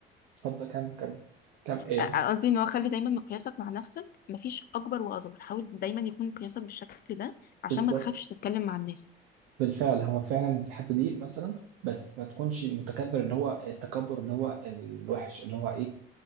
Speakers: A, on the right; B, on the left.
A: اتفضل كم كم كم ايه
B: آه، قصدي ان هو خلي دايما مقياسك مع نفسك مفيش اكبر واصغر حاول دايما يكون مقياسك بالشكل ده عشان
A: بالظبط
B: ما تخافش تتكلم مع الناس
A: بالفعل هو فعلا الحته دي مثلا بس ما تكونش المتكبر اللي هو التكبر اللي هو الوحش اللي هو إيه؟